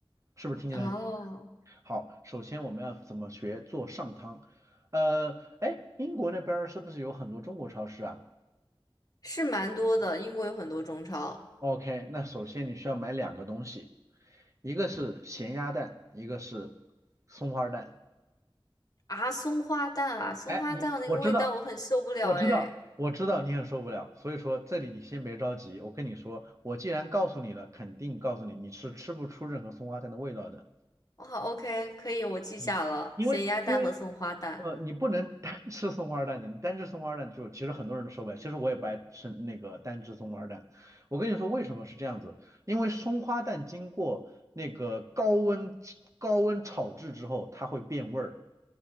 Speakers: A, on the right; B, on the left.
A: 是不是听起来很？
B: 哦，
A: 好，首先我们要怎么学做上汤？呃，哎，英国那边儿是不是有很多中国超市啊
B: 是蛮多的，英国有很多中超
A: ？OK，那首先你需要买两个东西，一个是咸鸭蛋，一个是松花蛋。
B: 啊，松花蛋啊，松花蛋那个味道我很受不了哎。
A: 哎，你我知道，我知道，我知道你很受不了，所以说这里你先别着急，我跟你说，我既然告诉你了，肯定告诉你你是吃不出任何松花蛋的味道的。
B: 哇，OK，可以，我记下了，
A: 嗯，因为因为
B: 咸鸭蛋和松花蛋。
A: 呃，你不能单吃松花蛋的，你单吃松花蛋就其实很多人都受不了。其实我也不爱吃那个单吃松花蛋。我跟你说为什么是这样子，因为松花蛋经过那个高温高温炒制之后，它会变味儿，